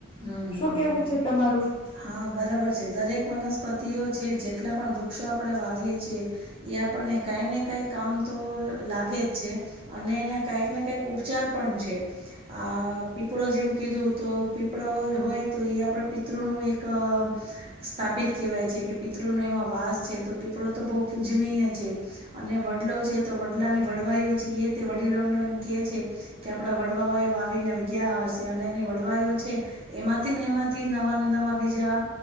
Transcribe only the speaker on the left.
શું કેવું
છે, તમારું?